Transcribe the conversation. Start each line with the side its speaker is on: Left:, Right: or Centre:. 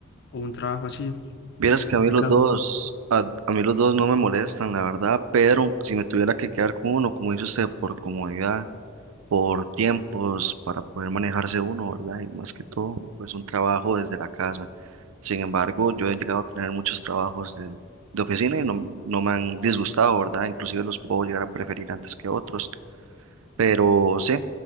Left: o un trabajo así,
Right: Vieras
Left: de-
Right: que
Left: desde
Right: a mí los
Left: casa?
Right: dos, a, a mí los dos no me molestan, la verdad, pero si me tuviera que quedar con uno, como dice usted, por comodidad, por tiempos, para poder manejarse uno, ¿verdad? Y más que todo, pues un trabajo desde la casa. Sin embargo, yo he llegado a tener muchos trabajos de, de oficina y no, no me han disgustado, ¿verdad? Inclusive los puedo llegar a preferir antes que otros, pero sí,